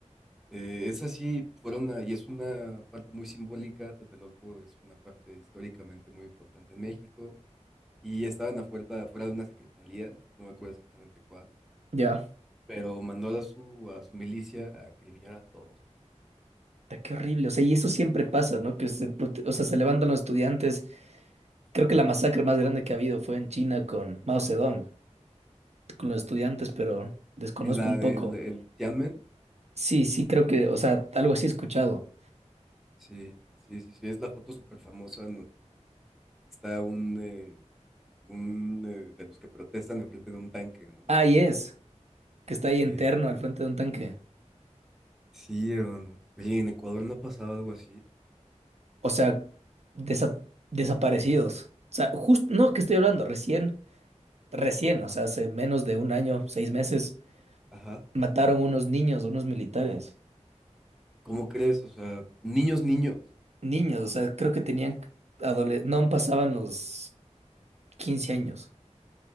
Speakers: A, in the centre; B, on the right.
A: Eh, es así, fueron una, y es una parte muy simbólica. Tlatelolco es una parte históricamente muy importante en México. Y estaban afuera, afuera de una secretaría, no me acuerdo exactamente cuál,
B: Ya.
A: pero mandó a su, a su milicia a acribillar a todos.
B: Puta, Qué horrible, o sea, y eso siempre pasa, ¿no? Que se, prote- o sea, se levantan los estudiantes. Creo que la masacre más grande que ha habido fue en China con Mao Zedong, con los estudiantes, pero desconozco
A: En la
B: un
A: del
B: poco.
A: el Tianmen,
B: Sí, sí, creo que, o sea, algo así he escuchado.
A: sí, sí, sí, sí, es la foto súper famosa está un, eh, un eh, de los que protestan enfrente de un tanque, ¿no?
B: Ah, y es, que está ahí interno
A: Sí,
B: al frente de un tanque.
A: sí, hermano. Oye, en Ecuador no ha pasado algo así.
B: O sea, desa- desaparecidos. O sea, justo, no, ¿qué estoy hablando? Recién, recién, o sea, hace menos de un año, seis meses,
A: Ajá.
B: mataron unos niños, unos militares.
A: ¿Cómo crees? O sea, niños, niños.
B: niños, o sea, creo que tenían adole- no pasaban los 15 años.